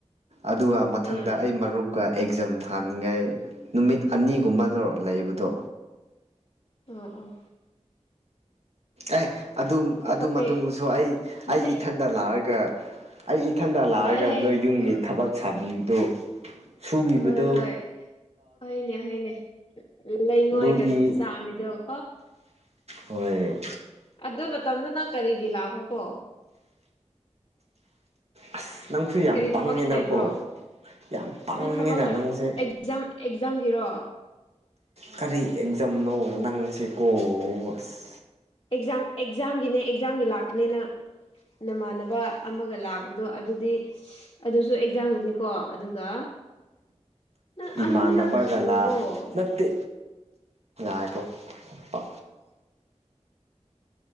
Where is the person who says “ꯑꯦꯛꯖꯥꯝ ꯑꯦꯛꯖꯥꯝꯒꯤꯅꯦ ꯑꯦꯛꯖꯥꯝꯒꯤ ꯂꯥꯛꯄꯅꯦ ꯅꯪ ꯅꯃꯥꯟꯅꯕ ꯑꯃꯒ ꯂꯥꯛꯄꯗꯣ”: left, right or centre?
Left